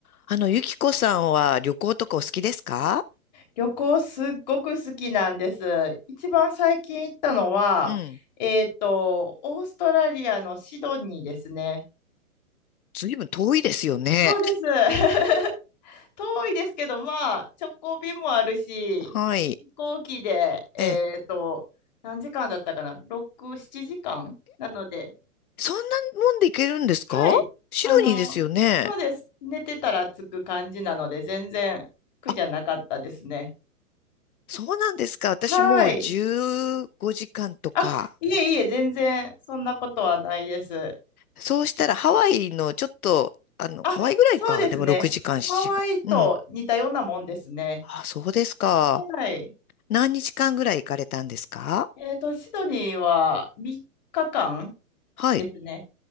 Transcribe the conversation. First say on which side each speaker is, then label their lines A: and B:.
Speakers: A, on the left; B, on the left.
A: あの、ゆきこさんは旅行とかお好きですか
B: 旅行すっごく好きなんです。一番最近行ったのは、
A: うん。
B: えっと、オーストラリアのシドニーですね。
A: ずいぶん遠いですよね。
B: そうです。<laughs> 遠いですけど、まあ、直行便もあるし、
A: はい。
B: 飛行機で、えっと、
A: ええ、
B: 何時間だったかな ?6、7時間なので、
A: そんなもんで行けるんですかシドニーですよね。
B: はい。あの、そうです。寝てたら着く感じなので、全然苦じゃなかったですね。
A: あ、そうなんですか。私もう15時間とか。
B: はい。あ、いえいえ、全然そんなことはないです。
A: そうしたらハワイのちょっと、あの、
B: あ、
A: ハワイぐらいか。
B: そうですね。
A: でも6時間、7時間。
B: ハワイと似たようなもんですね。
A: うん。あ、そうですか。
B: はい。
A: 何日間ぐらい行かれたんですか
B: えっと、シドニーは3日間
A: はい。
B: ですね。